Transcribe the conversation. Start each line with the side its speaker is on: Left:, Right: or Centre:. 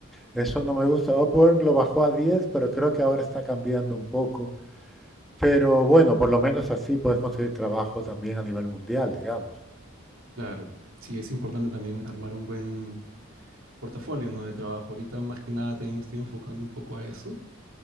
Centre: eso no me gusta. Upwork lo bajó a 10, pero creo que ahora está cambiando un poco. Pero bueno, por lo menos así puedes conseguir trabajo también a nivel mundial, digamos.
Right: claro. Sí, es importante también armar un buen portafolio, ¿no? De trabajo. Ahorita más que nada también me estoy enfocando un poco a eso.